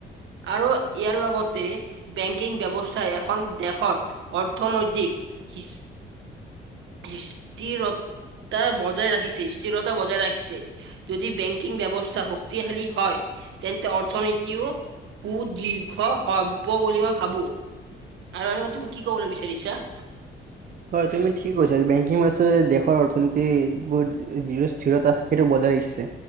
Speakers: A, on the right; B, on the right.
A: আৰু ইয়াৰ লগত তে, বেঙ্ককিং ব্যৱস্থা এখন দেশত অৰ্থনৈতিক সিশ স্থিৰতা বজাই ৰাখিছে স্থিৰতা বজাই ৰাখিছে। যদি বেঙ্ককিং ব্যৱস্থা শক্তিশালী হয়, তেন্তে অৰ্থনীতিও সুদীৰ্ঘ হ'ব বুলি মই ভাবোঁ। আৰু, আৰু তুমি কি ক'বলে বিচাৰিছা?
B: হয়, তুমি ঠিক কৈছা বেঙ্ককিং আচলতে দেশৰ অৰ্থনীতিবোৰ যিটো স্থিৰতা আছে সেইটো বজাই ৰাখিছে।